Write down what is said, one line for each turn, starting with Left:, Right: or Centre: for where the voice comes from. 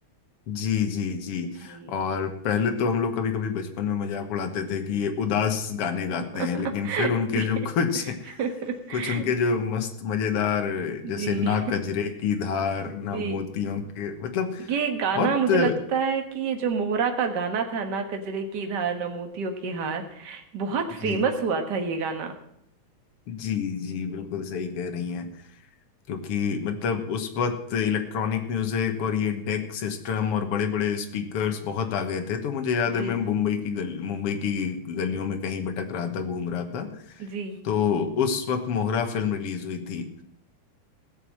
Left: जी जी जी
Right: जी
Left: और पहले तो हम लोग कभी कभी बचपन में मजाक उड़ाते थे कि ये उदास गाने गाते
Right: <laughs>
Left: हैं लेकिन फिर उनके
Right: जी
Left: जो कुछ
Right: <laughs>
Left: कुछ उनके जो मस्त मजेदार
Right: जी
Left: जैसे ना कजरे की धार ना
Right: जी
Left: मोतियों के मतलब
Right: ये गाना
Left: बहुत
Right: मुझे लगता है कि ये जो मोहरा का गाना था ना कजरे की धार ना मोतियों की हार बहुत फेमस
Left: जी
Right: हुआ था ये गाना
Left: जी जी बिल्कुल सही कह रही हैं क्योंकि मतलब उस वक्त इलेक्ट्रॉनिक म्यूजिक और ये डेक सिस्टम और बड़े बड़े स्पीकर्स बहुत आ गए थे तो मुझे याद
Right: जी
Left: है मैं मुंबई की गल मुंबई की गलियों में कहीं भटक रहा था घूम रहा था
Right: जी
Left: तो उस वक्त मोहरा फिल्म रिलीज हुई थी